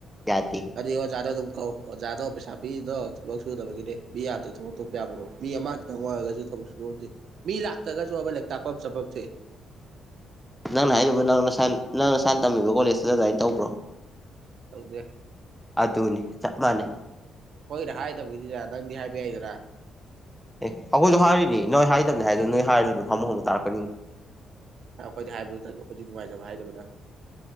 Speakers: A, in the centre; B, on the right.
A: ꯌꯥꯗꯦ
B: ꯑꯔ ꯑꯣ ꯌꯥꯥꯗꯣ ꯇ ꯀꯣ ꯑꯣꯖꯥꯗꯣ ꯄꯩꯁꯥ ꯄꯤꯗꯣ ꯊ ꯁꯨꯗꯕꯒꯤꯅꯦ ꯃꯤ ꯌꯥꯗ꯭ꯔꯦ ꯊꯕꯛ ꯇꯄ ꯌꯥꯕ꯭ꯔꯣ ꯃꯤ ꯑꯃ ꯈꯤꯇꯪ ꯑꯣꯏꯔꯒꯁꯨ ꯊꯕꯛ ꯁꯨꯕꯝꯗꯦ ꯃꯤ ꯂꯥꯛꯇ꯭ꯔꯒꯁꯨ ꯇꯄꯞ ꯆꯄꯞ ꯊꯦ
A: ꯅꯪꯅ ꯍꯥꯏꯖꯔꯤꯕ ꯅꯪꯅ ꯅꯪꯅ ꯁꯥꯟ ꯇꯝꯃꯤꯕ ꯀꯣꯂꯦꯖꯇꯨꯗ ꯑꯗꯨꯃꯥꯏꯅ ꯇꯧꯕ꯭ꯔꯣ
B: ꯇꯧꯗꯦ
A: ꯑꯗꯨꯅꯤ ꯆꯞ ꯃꯥꯟꯅꯩ
B: ꯈꫭꯏꯅ ꯍꯥꯏꯗꯕꯒꯤꯅꯤꯗꯅ ꯅꯪꯗꯤ ꯍꯥꯏꯕ ꯌꯥꯏꯗꯅꯥ
A: ꯑꯦ ꯑꯩꯈꯣꯏꯁꯨ ꯍꯥꯏꯔꯤꯅꯦ ꯅꯣꯏ ꯍꯥꯏꯗꯕꯅꯦ ꯍꯥꯏ ꯅꯣꯏ ꯍꯥꯏꯔꯁꯨ ꯑꯗꯨꯝ ꯍꯥꯃꯨ ꯍꯥꯃꯨ ꯇꯥꯔꯛꯀꯅꯤ
B: ꯑꯩꯈꯣꯏꯗꯤ ꯍꯥꯏꯕꯗꯨ ꯇꯟꯕ ꯑꯩꯈꯣꯏꯗꯤ ꯅꯨꯡꯉꯥꯏꯖꯕ ꯍꯥꯏꯗꯕꯅ